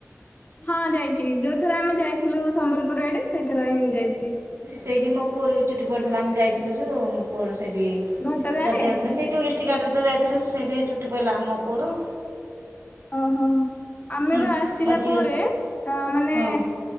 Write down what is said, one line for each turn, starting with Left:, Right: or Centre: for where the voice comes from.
Left: ହଁ ଯାଇଚି ଯୋଉ ଥର ଆମେ ଯାଇଥିଲୁ ସମ୍ବଲପୁର ଆଡେ ସେଇ ଥର ହିଁ ଯାଇଥିଲି।
Right: ସେଇଠି ମୋ ପୁଅରୁ ବି ଚୁଟି ପଡ଼ିଥିଲା ଆମେ ଯାଇଥିଲୁ ସୁ ମୋ ପୁଅରୁ ସେଇଠି ଏଟା
Left: ଘଟଗାଁ ରେ।
Right: ଚେନ ଥିଲା ସେ ଟୁରିଷ୍ଟ ଗାଡିରେ ତ ଯାଇଥିଲୁ ସେଠି ଚୁଟି ପଇଲା ଆମ ପୁଅର।
Left: ଓହୋ ଆମେ
Right: ହୁଁ
Left: ବା ଆସିଲା
Right: ମୋ ଝିଅ
Left: ପରେ ଅ ମାନେ
Right: ହୁଁ